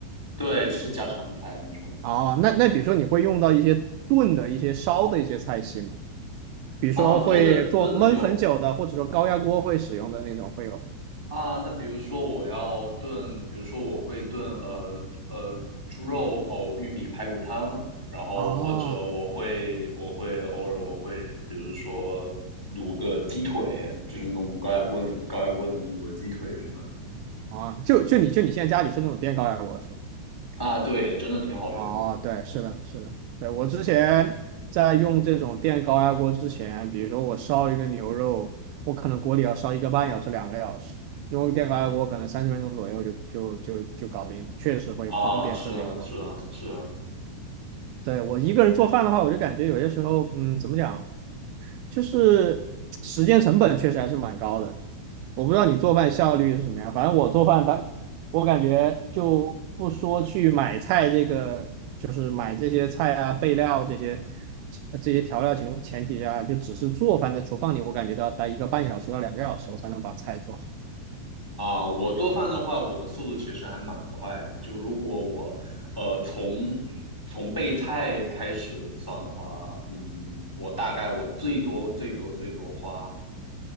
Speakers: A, in the centre; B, on the right.
A: 对，就是家常菜那种
B: 哦，那那比如说你会用到一些炖的一些烧的一些菜系吗？比如说会做焖很久的，
A: 啊，炖的炖的有
B: 或者说高压锅会使用的那种会有。
A: 啊，那比如说我要炖，比如说我会炖呃呃猪肉藕玉米排骨汤，然后或者我会我会偶尔我会比如说卤个鸡腿，
B: 哦，
A: 就是弄高压锅里高压锅里面卤个鸡腿什么的。
B: 啊，就就你就你现在家里是那种电高压锅是吧？
A: 啊，对，真的挺好用的。
B: 哦，对，是的，是的，对，我之前在用这种电高压锅之前，比如说我烧一个牛肉，我可能锅里要烧一个半小时、两个小时，用电高压锅可能三十分钟左右就就就就搞定了确实会方便特别多。
A: 啊，是啊，是啊，是啊。
B: 对，我一个人做饭的话，我就感觉有些时候，嗯，怎么讲？就是时间成本确实还是蛮高的。我不知道你做饭效率是什么样，反正我做饭它，我感觉就不说去买菜这个，就是买这些菜啊、备料这些呃这些调料前前提下，就只是做饭在厨房里，我感觉都要待一个半小时到两个小时，我才能把菜做好
A: 啊，我做饭的话，我的速度其实还蛮快的。就如果我，呃，从从备菜开始算的话，嗯，我大概我最多最多最多花